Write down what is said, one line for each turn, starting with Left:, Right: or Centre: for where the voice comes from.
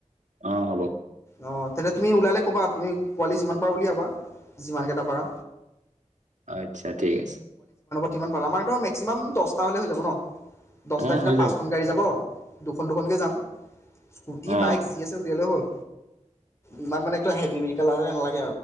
Right: অ হ'ব
Left: অ তেতিয়া তুমি ওলালে ক'বা তুমি পোৱালি যিমান পাৰা উলিয়াবা যিমানকেইটা পাৰা
Right: আত্ছা ঠিক আছে।
Left: কিমান ভাল আমাৰতো মেক্সিমাম দহটা হ'লে হৈ যাব ন দহটা
Right: অ
Left: তেতিয়া
Right: হৈ
Left: পাঁচখন গাড়ী যাব দুখন দুখনকৈ যাম স্কুটি
Right: অ
Left: বাইক যি আছে উলিয়ালে হ'ল ইমান মানে হেভি নালাগে নালাগে